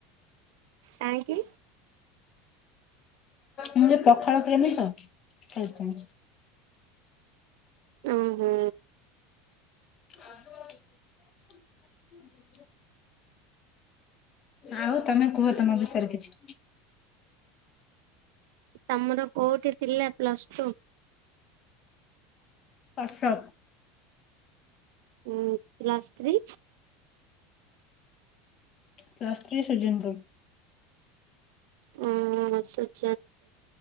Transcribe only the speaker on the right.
କାଇଁକି?
ଉଁ ହୁଁ।
ତମର କୋଉଠି ଥିଲା ପ୍ଲସ ଟୁ?
ଉଁ ପ୍ଲାସ୍ ଥ୍ରୀ?
<unintelligible>